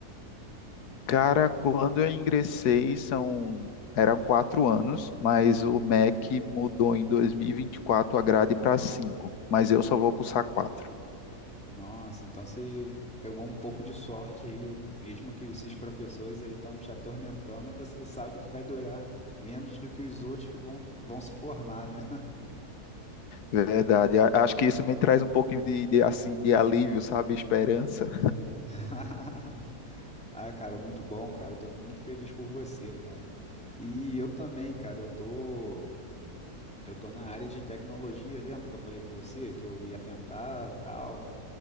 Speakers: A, on the left; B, in the centre.
A: Cara, quando eu ingressei, são, eram quatro anos, mas o MEC mudou em 2024 a grade para cinco, mas eu só vou cursar quatro.
B: Nossa, então você pegou um pouco de sorte aí, mesmo que esses professores aí estão te atormentando, você sabe que vai durar menos do que os outros que vão, vão se formar, né?
A: Verdade. A- Acho que isso me traz um pouquinho de, de, assim, de alívio, sabe? Esperança.
B: <laughs> Ah, cara, muito bom, cara. Eu tô muito feliz por você, cara. E eu também, cara, eu tô, eu tô na área de tecnologia, lembra que eu falei com você que eu ia tentar, tal?